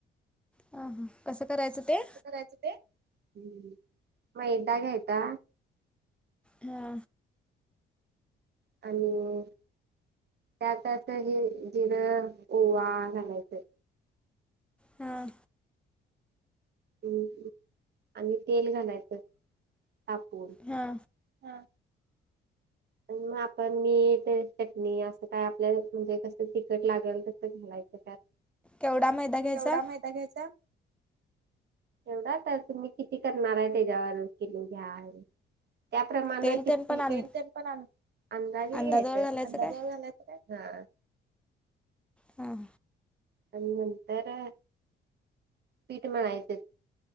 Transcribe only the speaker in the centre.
आ हा कसं करायचं ते.
हा!
हा!
हा!
केवढा मैदा घ्यायचा?
तेल
तेन पण अं
अंदाजावर
घालायचं
काय
हां!